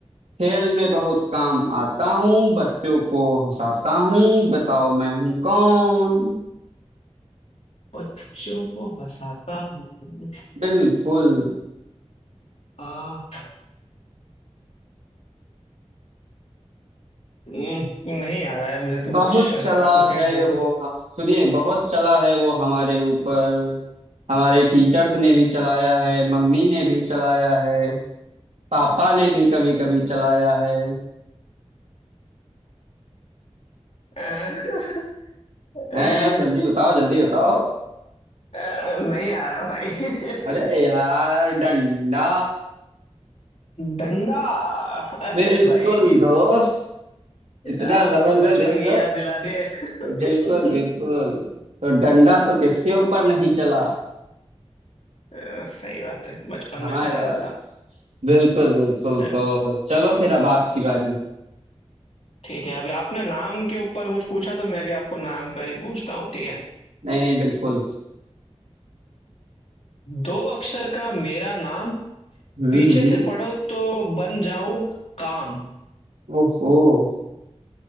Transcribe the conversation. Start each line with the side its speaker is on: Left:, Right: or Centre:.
Right: खेल में बहुत काम आता हूँ बच्चों को हंसाता हूँ बताओ मैं हूँ कौन
Left: बच्चों को हंसाता हूँ
Right: बिल्कुल
Left: आ, हम्म, नहीं आ रहा है मुझे तो
Right: बहुत
Left: कुछ अगर
Right: चला
Left: आप कुछ हिंट
Right: है
Left: दे
Right: वो
Left: तो
Right: ह- सुनिए बहुत चला है वो हमारे ऊपर हमारे टीचर्स ने भी चलाया है मम्मी ने भी चलाया है पापा ने भी कभी कभी चलाया है
Left: अ, <laughs> अ,
Right: हैं हैं जल्दी बताओ जल्दी बताओ
Left: अ, नहीं आ रहा भाई
Right: अरे
Left: <laughs>
Right: यार डंडा
Left: डंडा अरे
Right: बिल्कुल
Left: भाई
Right: दोस्त इतना
Left: आप
Right: जबरदस्त
Left: तो बचपन
Right: लो देख
Left: की
Right: लो
Left: याद दिला दिए <laughs>
Right: बिल्कुल बिल्कुल तो डंडा तो किसके ऊपर नहीं चला
Left: अ, सही बात है बचपन
Right: हाँ
Left: में चला
Right: यार
Left: रहा था
Right: बिल्कुल बिल्कुल
Left: चल
Right: तो चलो फिर अब आपकी बारी
Left: ठीक है अभी आपने नाम के ऊपर कुछ पूछा तो मैं भी आपको नाम पर ही पूछता हूँ ठीक है
Right: नहीं नहीं बिल्कुल
Left: दो अक्षर का मेरा नाम
Right: हम्म
Left: पीछे
Right: हम्म
Left: से पढ़ो तो बन जाऊं काम
Right: ओहो